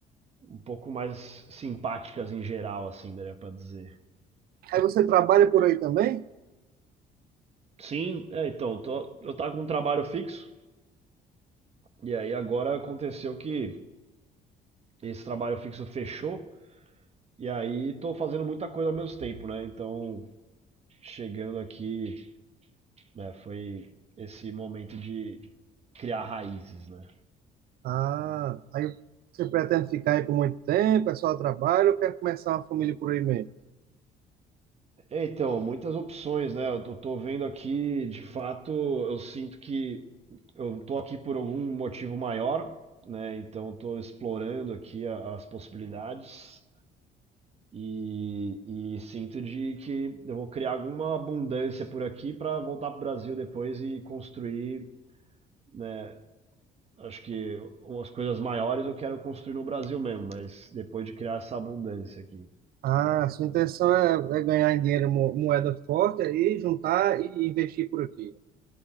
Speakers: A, on the right (about 40°); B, on the right (about 65°).
A: um pouco mais simpáticas em geral, assim, daria pra dizer.
B: Aí você trabalha por aí também?
A: Sim, é, então, tô- eu tava com um trabalho fixo, e aí agora aconteceu que esse trabalho fixo fechou, e aí tô fazendo muita coisa ao mesmo tempo, né? Então, chegando aqui, né, foi esse momento de criar raízes, né?
B: Ah, aí você pretende ficar aí por muito tempo, é só trabalho, ou quer começar uma família por aí mesmo?
A: É, então, muitas opções, né? Eu tô tô vendo aqui, de fato, eu sinto que eu tô aqui por algum motivo maior, né? Então, estou explorando aqui a- as possibilidades e, e sinto de que eu vou criar alguma abundância por aqui para voltar para o Brasil depois e construir. né? Acho que umas coisas maiores eu quero construir no Brasil mesmo, mas depois de criar essa abundância aqui.
B: Ah, sua intenção é, é ganhar em dinheiro, mo- moeda forte, aí juntar e investir por aqui.